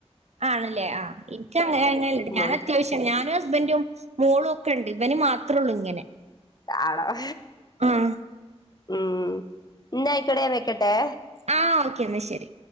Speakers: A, on the right; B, on the left.
A: ആണല്ലേ ആ ഇനി ക്കങ്ങനണ്ട്
B: മോൻ
A: ഞാൻ അത്യാവശ്യം ഞാനും ഹസ്ബന്റും മോളും ഒക്കെ ഉണ്ട് ഇവന് മാത്രേള്ളു ഇങ്ങനെ
B: താട
A: ആഹ്
B: ഉം ഇന്നാ അയിക്കോട്ടേ വെക്കട്ടെ
A: ആഹ് ഓക്കെ ന്നാ ശെരി